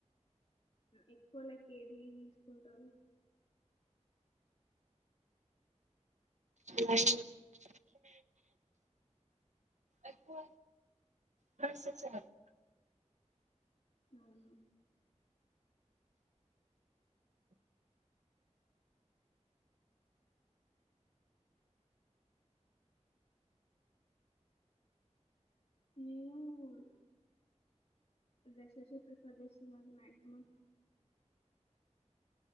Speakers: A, on the left (about 50°); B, on the right (about 75°).
A: ఎక్కువ లైక్ ఏది తీసుకుంటారు
B: లై ఎక్కువ డ్రెస్సెసే
A: అవును నేను డ్రెస్సెసే ప్రిఫర్ చేస్తుందండి మాక్సిమమ్